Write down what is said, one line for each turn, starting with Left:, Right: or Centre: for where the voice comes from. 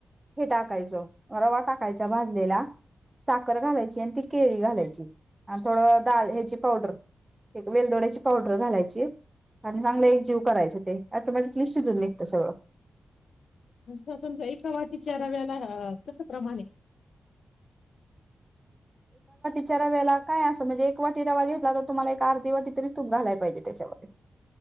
Right: हे टाकायचं रवा टाकायचा भाजलेला साखर घालायची आणि ती केळी घालायची आणि थोडं दाल ह्याची पावडर एक वेलदोड्याची पावडर घालायची आणि चांगल एक जीव करायच ते. आता माझ क्लि शीजून निघतंय सगळं.
Left: अस समजा एका वाटीच्या रव्याला कस प्रमाण ए? <inaudible>
Right: च्या रव्याला काय अस म्हणजे एक वाटी रवा घेतला तर तुम्हाला एक अर्धी वाटी तरी तूप घालाय पाहिजे त्याच्यामध्ये